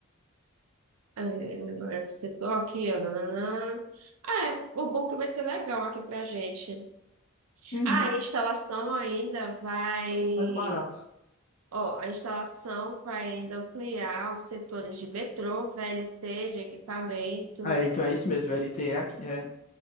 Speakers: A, on the right (about 80°); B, on the left (about 35°).
A: É, é, setor aqui, ó, nananã. Ah, é, o book vai ser legal aqui pra gente.
B: Uhum.
A: Ah, a instalação ainda vai...
B: Tá tudo mais barato.
A: Ó, a instalação vai ainda ampliar os setores de metrô, VLT, de equipamentos...
B: Ah, é, então é isso mesmo. VLT é aqui. É.